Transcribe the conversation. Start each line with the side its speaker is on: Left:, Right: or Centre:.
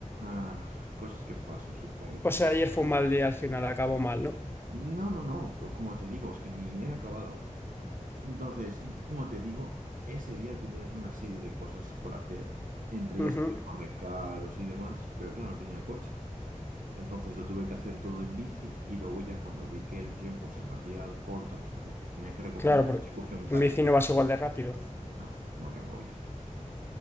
Right: ah, cosas que pasan, supongo.
Left: O sea, ayer fue un mal día al final, acabó mal, ¿no?
Right: No, no, no, pues como te digo, es que ni he acabado aún. Entonces, yo, como te digo, ese día tenías una serie de cosas por hacer, entre
Left: Ujú.
Right: ellas hacer los recados y demás, pero claro, no tenía coche. Entonces lo tuve que hacer todo en bici y luego ya cuando vi que el tiempo se me hacía corto porque tenía que recoger,
Left: Claro, porque
Right: cogí un
Left: en
Right: taxi.
Left: bici no vas igual de rápido.
Right: No, no tengo bici.